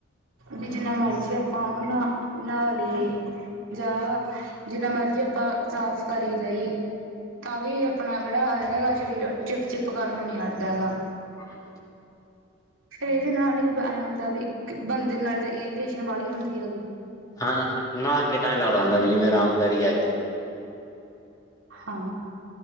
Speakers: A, on the right; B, on the left.
A: ਵੀ ਜਿੰਨਾ ਮਰਜ਼ੀ ਆਪਾਂ ਉਹ ਨਾ ਨਹਾ ਲਏ ਜਾਂ ਜਿੰਨਾ ਮਰਜੀ ਆਪਾਂ ਸਾਫ਼ ਕਰੀ ਜਾਈਏ। ਤਾਂ ਵੀ ਆਪਣਾ ਜਿਹੜਾ ਹੈਗਾ ਗਾ ਸ਼ਰੀਰ ਚਿਪ-ਚਿਪ ਕਰਨ ਨੂੰ ਨੀ ਹਟਦਾ ਹੈਗਾ।
B: ਹਾਂ।
A: ਫੇਰ ਇਹਦੇ ਨਾਲ ਹੀ ਐ ਹੁੰਦਾ ਵੀ ਬੰਦੇ ਨਾਲ ਤਾਂ ਇਰੀਟੇਸ਼ਨ ਬਾਲੀ ਹੁੰਦੀ ਹੈਗੀ।
B: ਹਾਂ ਨਹਾ ਨਾ ਕੇ ਤਾਂ ਹੀ ਲੱਗਦਾ ਹੁੰਦਾ ਵੀ ਜਿਵੇਂ ਆਰਾਮਦਾਰੀ ਹੈਗੀ।
A: ਹਾਂ